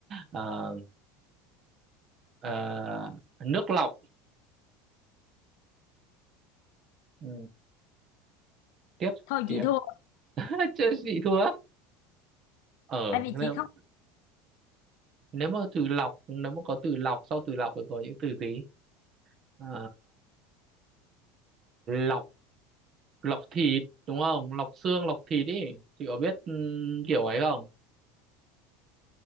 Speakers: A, on the right; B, on the left.
A: ờ, ờ, nước lọc ừ, tiếp
B: thôi
A: tiếp
B: chị thua
A: <laughs> chứ chị thua ở
B: tại vì
A: nếu,
B: chị không
A: nếu mà từ lọc nếu mà có từ lọc sau từ lọc thì có những từ gì Ờ, lọc lọc thịt đúng không lọc xương lọc thịt ý chị có biết ừm, kiểu ấy không